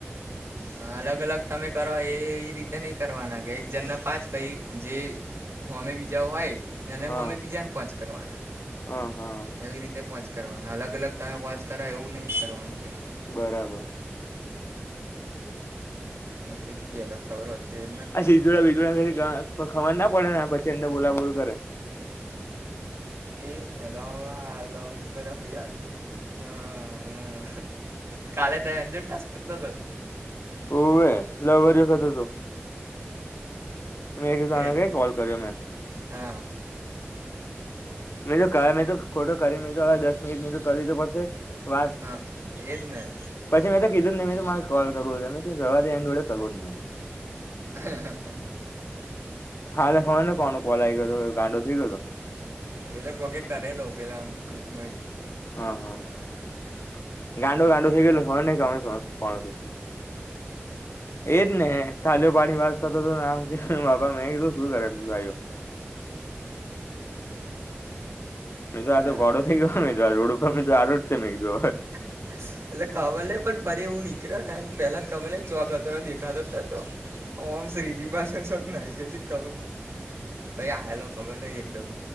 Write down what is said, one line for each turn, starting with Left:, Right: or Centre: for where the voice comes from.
Right: હ અલગ-અલગ તમે કરો એ રીતે નહીં કરવાનાં કે એક જણને પાંચ પહી જે હોમે બીજા હોય એને
Left: હા
Right: હોમે બીજાને પાંચ કરવાનાં.
Left: હા હા
Right: એવી રીતે પોંચ કરવાના અલગ-અલગ તમે પાંચ કરો એવું નહીં કરવાનું કે.
Left: બરાબર.
Right: મેં કીધું પહેલા ખબર હોત તો એ જ ના કરો
Left: આ સિધુળા બિધુળા ગા ખબર ના પડેને પછી અંદર બોલાબોલ કરે.
Right: એ લવવાળા આ લવરી કરે પહી આ જો. અ હ કાલે તઈ આન જોડે જ ટાસ્ક કરતો તોન.
Left: ઓવે લવારિયો કરતો હતો. મેં કીધું આને
Right: એ
Left: કઈ કોલ કર્યો મેં.
Right: હા
Left: મે તો કા મેં તો ખોટો કરી મેં તો હવે દસ મિનિટ તો કરવી તો પડશે. વાત
Right: હા, એજને.
Left: પછી મેં તો કીધું નઈ મેં તો મારે કોલ કરવો છે એટલે શું જવા દે એન જોડે કરવો જ નહીં.
Right: હે હ હ.
Left: ખાલે ખબર નઈ કોનો કોલ આઈ ગયો તો ગાંડો થઈ ગયો હતો.
Right: એ તો કોકે કરેલો પેલામ ગ્રુપમાંહી.
Left: હ હ ગાંડો ગાંડો થઈ ગયલો ખબર નઈ કોનો ફોન હતો. એજ ને તાલીઓ પાડી વાત કરતો હતો ને આમ છે બાપા મેં કીધું શું કરે ભાઈઓ? મેં તો આ
Right: અ
Left: તો ગોડો થઈ ગયો મેં કીધું રોડ ઉપર આરોટશે મેં કીધું હવે.
Right: એટલે ખબર નહીં પણ ફરી એવું નીકળ્યોને એમ પેહલાં ખબર નહીં ન. ચોક હતો એટલે દેખાતો જ નતો ઓમ શ્રીજી પાસે છોકના રી ખબર. કઈ આયેલો ખબર નહીં એકદમ